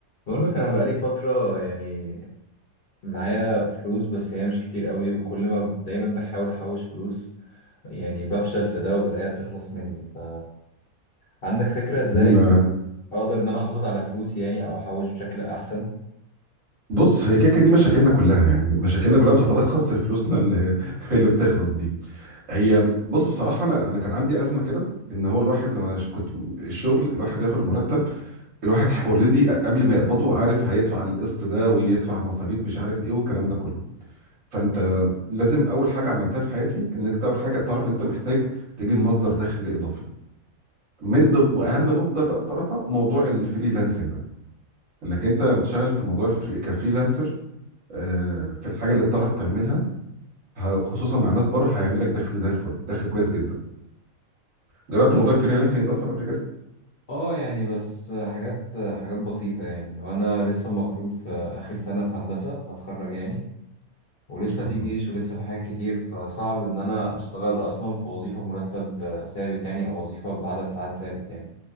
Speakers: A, on the left; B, on the right.
A: بقول لك انا بقالي فتره يعني معايا فلوس بس هي مش كتير قوي وكل ما دايما بحاول احوش فلوس يعني بفشل في ده وبلاقيها بتخلص مني ف عندك فكره ازاي
B: مم،
A: اقدر ان انا احافظ على فلوسي يعني او احوش بشكل احسن
B: بص هي كده كده دي مشاكلنا كلها يعني مشاكلنا كلها بتتلخص في فلوسنا اللي <laughs> اللي بتخلص دي هي بص بصراحه انا انا كان عندي ازمه كده ان هو الواحد لما ش- كنت الشغل الواحد بياخد المرتب الواحد اوريدي قبل ما يقبضه عارف هيدفع القسط ده ويدفع مصاريف مش عارف ايه والكلام ده كله فانت لازم اول حاجه عملتها في حياتي انك أنت اول حاجه تعرف انت محتاج تجيب مصدر دخل اضافي من ضمن واهم مصدر بقى الصراحه موضوع الفريلانسنج ده انك انت بتشتغل في موضوع الفري كفريلانسر آه، في الحاجه اللي بتعرف تعملها ه- خصوصا مع ناس بره هيعمل لك دخل زي الفل دخل كويس جدا جربت موضوع الفريلانسنج ده اصلا قبل كده
A: اه يعني بس حاجات حاجات بسيطة يعني وانا لسه المفروض في اخر سنة في هندسة هتخرج يعني ولسه
B: ان شاء
A: في
B: الله
A: جيش ولسه في حاجات كتير فصعب ان انا اشتغل اصلا في وظيفة بمرتب ثابت يعني او وظيفة بعدد ساعات ثابت يعني